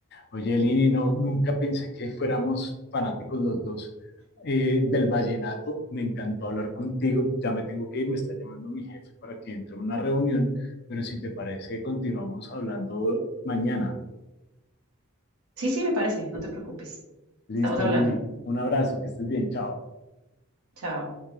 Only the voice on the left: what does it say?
Oye, Lini, no, nunca pensé que fuéramos fanáticos los dos eh, del vallenato. Me encantó hablar contigo. Ya me tengo que ir, me está llamando mi jefe para que entre a una reunión, pero si te parece, continuamos hablando mañana.
Listo,
Lini. Un abrazo, que estés bien, chao.